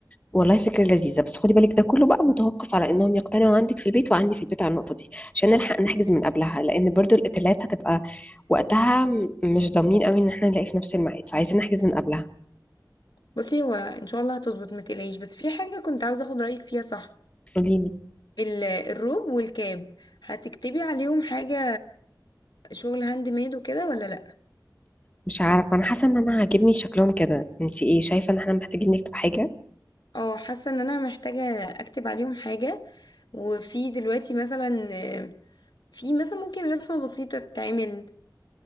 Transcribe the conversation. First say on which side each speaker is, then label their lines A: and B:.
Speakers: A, on the left; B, on the left.
A: والله فكرة لذيذة بس خدي بالك ده كله بقى متوقف على انهم يقتنعوا عندك في البيت وعندي في البيت على النقطة دي عشان نلحق نحجز من قبلها لان برضو الاوتيلات هتبقى وقتها م- مش ضامنين قوي ان احنا نلاقي في نفس الميعاد فعايزين نحجز من قبلها
B: بصي هو ان شاء الله هتظبط ما تقلقيش بس في حاجة كنت عاوزة اخد رأيك فيها صح
A: قولي لي
B: ال- الروب والكاب هتكتبي عليهم حاجة شغل هاند ميد وكده ولا لا
A: مش عارفة انا حاسة ان انا عاجبني شكلهم كده انت ايه شايفة ان احنا محتاجين نكتب حاجة
B: اه حاسه ان انا محتاجه اكتب عليهم حاجه وفي دلوقتي مثلا آه، في مثلا ممكن رسمه بسيطه تتعمل